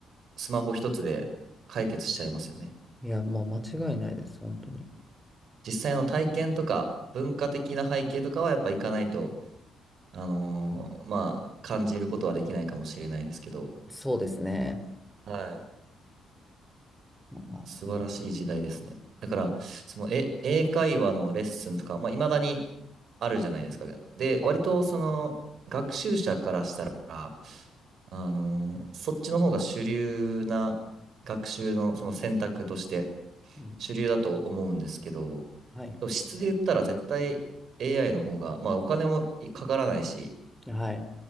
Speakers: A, on the right (about 65°); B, in the centre.
A: スマホ一つで解決しちゃいますよね。
B: いや、もう間違いないです、本当に。
A: 実際の体験とか文化的な背景とかはやっぱ行かないと、あのーまあ、感じることはできないかもしれないですけど。
B: そうですね。
A: はい。
B: ま
A: 素晴らしい時代ですね。だから、その、え、英会話のレッスンとか、まあ、未だにあるじゃないですか。で、
B: あ、
A: 割と、
B: はい。
A: その、学習者からしたら、あの、そっちの方が主流な学習の、その選択として
B: うん。
A: 主流だと思うんですけど、
B: はい。
A: 多分質で言ったら絶対 AI の方が、まあ、お金もかからないし、
B: はい。